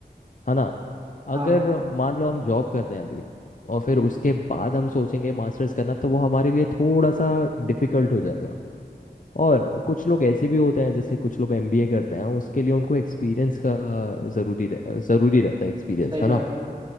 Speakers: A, on the left (about 50°); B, on the right (about 25°).
A: है ना
B: हाँ
A: अगर मान लो हम जॉब करते हैं अभी और फिर उसके
B: हम्म
A: बाद हम सोचेंगे मास्टर्स करना तो वो हमारे लिए थोड़ा सा डिफिकल्ट हो जाएगा और कुछ लोग ऐसे भी होते हैं जैसे कुछ लोग एमबीए करते हैं उसके लिए उनको एक्सपीरियंस का ज़रूरी रह, ज़रूरी रहता है एक्सपीरियंस
B: सही
A: है
B: बात
A: ना
B: है